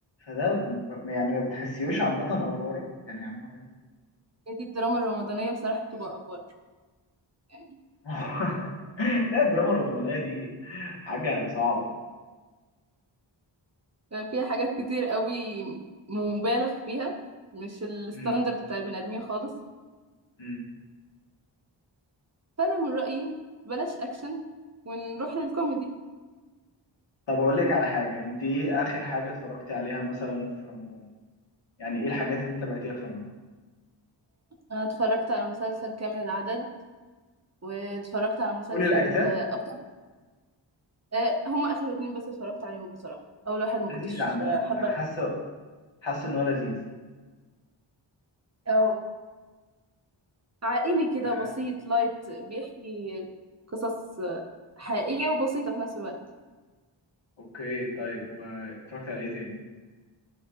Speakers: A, on the left; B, on the right.
A: فده ب- يعني ما بتحسيوش عامه افوره يعني عامه
B: هي دي الدراما الرمضانية بصراحة بتبقى افضل يعني
A: <laughs> لا الدراما الرمضانيه دي حاجه صعبه
B: بقى فيها حاجات كتير قوي مبالغ فيها مش الستاندرد
A: مم.
B: بتاع البني ادمين خالص
A: مم.
B: فانا من رأيي بلاش اكشن ونروح للكوميدي
A: طب اقول لك على حاجه انت ايه اخر حاجه اتفرجتي عليها مثلا في رمضان يعني ايه الحاجات اللي انت تابعتيها في رمضان
B: انا اتفرجت على مسلسل كامل العدد واتفرجت على مسلسل
A: كل الاجزاء
B: اكتر آه، هما اخر اتنين بس اتفرجت عليهم بصراحه اول واحد ما
A: لذيذه
B: كنتش
A: عامه
B: آه، حابه
A: حاسه حاسه ان هو لذيذ
B: اه عائلي
A: و...
B: كده بسيط لايت بيحكي قصص آه، حقيقيه وبسيطه في نفس الوقت
A: اوكي طيب واتفرجت على ايه تاني